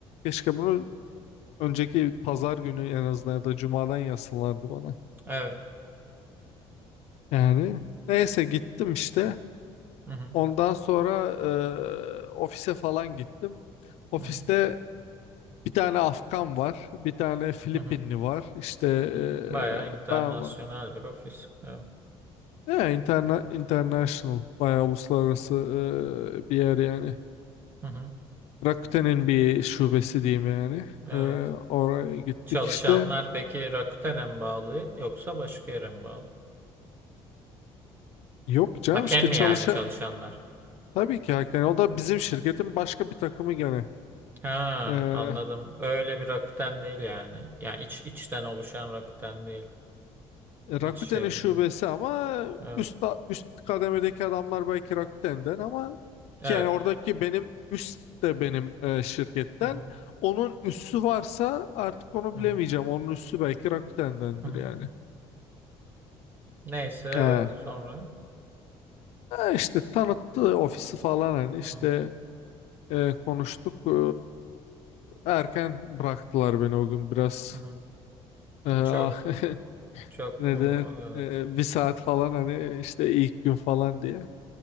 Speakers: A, on the left (about 75°); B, on the right (about 20°).
A: keşke bunu önceki pazar günü en azından ya da cumadan yazsalardı bana.
B: Evet.
A: Yani neyse gittim işte.
B: Hı hı.
A: Ondan sonra e, ofise falan gittim. Ofiste
B: Hı hı.
A: Bir tane Afgan var, bir tane Filipinli
B: Hı hı.
A: var. İşte eee,
B: Hı hı. Bayağı internasyonel
A: ben var.
B: bir ofis. Evet.
A: Ya, interna international, bayağı uluslararası eee, bir yer yani.
B: Hı hı.
A: Rakuten'in bir şubesi diyeyim yani.
B: Evet.
A: Eee, oraya gittik
B: Çalışanlar
A: işte.
B: peki Rakuten'e mi bağlı yoksa başka yere mi bağlı?
A: Yok canım
B: Haken
A: işte
B: mi
A: çalışa...
B: yani çalışanlar?
A: Tabii ki yani o da bizim şirketin başka bir takımı gene.
B: Ha,
A: E,
B: anladım. Öyle bir Rakuten değil yani. Yani iç içten oluşan Rakuten değil.
A: Rakuten'in
B: İç şeyin.
A: şubesi ama
B: Evet.
A: üst üst kademedeki adamlar belki Rakuten'den ama
B: Evet.
A: ki yani oradaki benim üst de benim e, şirketten.
B: Hı hı.
A: Onun üssü varsa artık onu
B: Hı
A: bilemeyeceğim.
B: hı.
A: Onun üssü belki Rakuten'dendir
B: Hı hı.
A: yani.
B: Neyse evet
A: He.
B: sonra.
A: He işte tanıttı ofisi falan hani işte
B: Hı hı.
A: e, konuştuk. E, erken bıraktılar beni o gün biraz.
B: Hı hı.
A: E, <laughs>
B: Çok çok
A: ne
B: um
A: denir?
B: evet.
A: E, bir saat falan hani işte ilk gün falan diye.